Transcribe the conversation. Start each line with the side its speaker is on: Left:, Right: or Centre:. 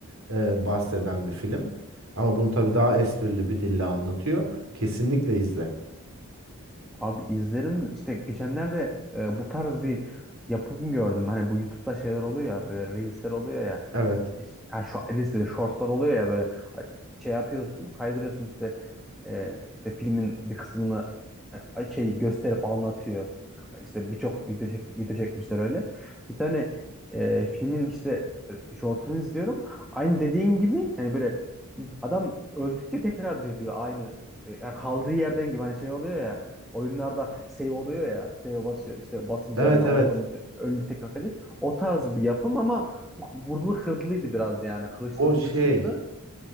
Right: e, bahseden bir film. Ama bunu tabii daha esprili bir dille anlatıyor. Kesinlikle izle.
Centre: Abi izlerim işte geçenlerde e, bu tarz bir yapım gördüm. Hani bu YouTube'da şeyler oluyor ya böyle reelsler oluyor ya.
Right: Evet.
Centre: İşte, ha, şu, reels dedi, shortlar oluyor ya böyle şey yapıyorsun kaydırıyorsun işte e, işte filmin bir kısmını e, şey gösterip anlatıyor. İşte birçok video, çek, video çekmişler öyle. Bir tane e, filmin işte e, shortunu izliyorum. Aynı dediğin gibi yani böyle adam öldükçe tekrar diriliyor aynı e, yani kaldığı yerden gibi hani şey oluyor ya oyunlarda save oluyor ya. Save basıyor işte basınca
Right: Evet
Centre: yani
Right: evet.
Centre: oradan te- önce tekrar kale. O tarz bir yapım ama bu vurdulu kırdılıydı biraz yani. Kılıçlı
Right: O şey
Centre: bılıçlıydı.